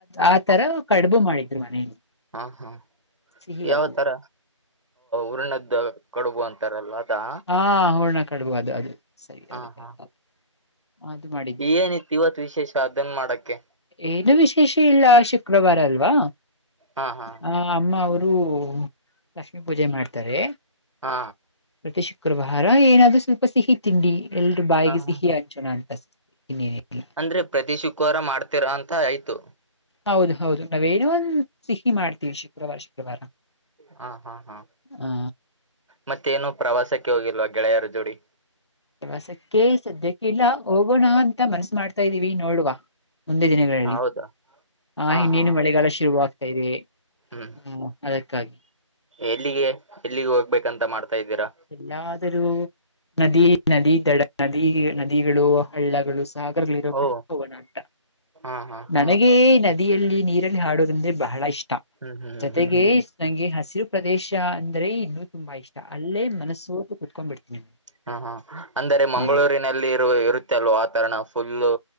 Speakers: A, on the left; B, on the right.
A: ಆ ತರ ಕಡುಬು ಮಾಡಿದ್ರು ಮನೇಲಿ
B: ಹಾ ಹಾ
A: ಸಿಹಿ
B: ಯಾವ
A: ಅದು
B: ತರ ಉರ್ಣದ ಕಡುಬು ಅಂತಾರಲ್ಲ ಅದಾ
A: ಹಾ ಹೂರ್ಣ ಕಡಬು ಅದು ಅದು ಸರಿ
B: ಹಾ
A: ಅ
B: ಹಾ
A: ಅದು ಮಾಡಿ
B: ಏನಿತ್ತು ಇವತ್ ವಿಶೇಷ ಅದನ್ ಮಾಡಕ್ಕೆ
A: ಏನು ವಿಶೇಷ ಇಲ್ಲ ಶುಕ್ರವಾರ ಅಲ್ವಾ
B: ಹಾ ಹಾ
A: ಹ ಅಮ್ಮ ಅವರು ಲಕ್ಷ್ಮೀ ಪೂಜೆ ಮಾಡ್ತಾರೆ
B: ಹಾ
A: ಪ್ರತಿ ಶುಕ್ರವಾರ ಏನಾದ್ರು ಸ್ವಲ್ಪ ಸಿಹಿ ತಿಂಡಿ ಎಲ್ರೂ ಬಾಯಿಗೆ
B: ಹ
A: ಸಿಹಿ ಹಂಚೋನ ಅಂತ ಇನ್ನೇನಿಲ್ಲ
B: ಅಂದ್ರೆ ಪ್ರತಿ ಶುಕ್ರವಾರ ಮಾಡ್ತಿರಾ ಅಂತ ಆಯ್ತು
A: ಹೌದ ಹೌದು ನಾವೇನೋ ಒಂದ್ ಸಿಹಿ ಮಾಡ್ತೀವಿ ಶುಕ್ರವಾರ ಶುಕ್ರವಾರ
B: ಹಾ ಹಾ ಹಾ
A: ಆ
B: ಮತ್ತೇನು ಪ್ರವಾಸಕ್ಕೆ ಹೋಗಿಲ್ವಾ ಗೆಳೆಯರ ಜೋಡಿ
A: ಪ್ರವಾಸಕ್ಕೆ ಸದ್ಯಕ್ಕೆ ಇಲ್ಲ ಹೋಗೋಣ ಅಂತ ಮನಸ ಮಾಡ್ತ ಾ ಇದೀವಿ ನೋಡುವ ಮುಂದೆ ದಿನಗಳಲ್ಲಿ
B: ಹೌದಾ
A: ಹ
B: ಹಾ
A: ಇನ್ನೇನು
B: ಹಾ
A: ಮಳೆಗಾಲ ಶುರುವಾಗಗ್್ತಾ ಇದೆ
B: ಹ್ಮ್
A: ಹ್ಮ ಅದಕ್ಕಾಗಿ
B: ಎಲ್ಲಿಗೆ ಎಲ್ಲಿಗೆ ಹೋಗ್ಬೇಕಂತ ಮಾಡ್ತಾ ಇದ್ದೀರಾ
A: ಎಲ್ಲಾದರೂ ನದಿ ನದಿ ದಡ ನದಿ ನದಿಗಳು ಹಳ್ಳಗಳು ಸಾಗರಗಳಿರೋ
B: ಓ
A: ಕಡೆ ಹೋಗೋಣ ಅಟ
B: ಹಾ ಹಾ ಹಾ
A: ನನಗೇ ನ ನದಿಯಲ್ಲಿ ನೀರಲ್ಲಿ ಹಾಡೋುದಂದ್ರೆ ಬಹಳ ಇಷ್ಟ
B: ಹ್ಮ್ ಹ್ಮ್
A: ಜೊತೆಗೆ
B: ಹ್ಮ್
A: ನಂಗೆ ಹಸಿರು ಪ್ರದೇಶ ಅಂದ್ರೆ ಇನ್ನುೂ ತುಂಬಾ ಇಷ್ಟ ಅಲ್ಲೇ ಮನಸ್ಸೋತ ಕುೂತ್ಕೊಂಡ್ಬ ಬಿಡ್ತೀನಿ
B: ಹ್ಮ್ ಹ್ಮ ಅಂದರೆ ಮಂಗಳೂರಿನಲ್ಲಿ
A: ಹ
B: ಇರು ಇರುತ್ತೆ ಅಲ್ವ ವಾತರಣ ಫುಲ್ಲು